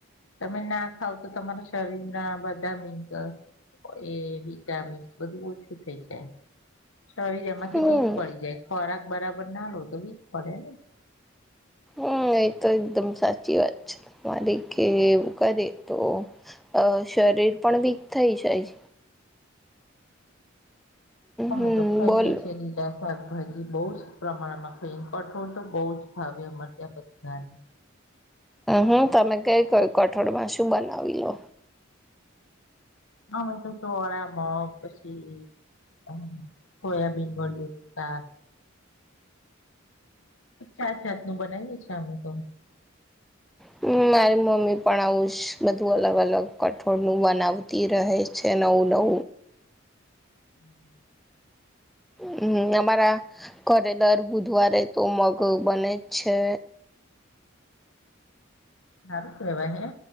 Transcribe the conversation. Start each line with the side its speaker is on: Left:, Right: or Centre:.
Left: તમે ના ખાવ તો તમારા શરીરના બધા મિન્ક એ વિટામિન્સ બધું ઓછું થઈ જાય શોરીર એમાંથી
Centre: હમ
Left: વીક પડી જાય ખોરાક બરાબર ના લો તો વીક પડે ને <inaudible>
Centre: હમ એ તો એકદમ સાચી વાત છે, મારી કે એવું કરે તો અ શરીર પણ વીક થઈ જાય
Left: અમે
Centre: હમ
Left: તો ખઇએ
Centre: બોલ
Left: છીએ લીલા શાકભાજી બહુ જ પ્રમાણમાં ખઈએ ને કઠોળ તો બહુ જ ભાવે અમારે ત્યાં બધાને. હ
Centre: હમ તમે કઈ કય કઠોળમાં શું બનાવી લો
Left: અમે તો ચોળા, મગ પછી હ સોયાબીન બળયુ તા જાત જાતનું બનાવીએ છીએ અમે તો.
Centre: હમ મારી મમ્મી પણ આવું જ બધું અલગ અલગ કઠોળનું બનાવતી રહે છે. એટલે હું લઉ.
Left: હમ.
Centre: હમ અમારા ઘરે દર બુધવારે તો મગ બને જ છે.
Left: સારું કેવાય હે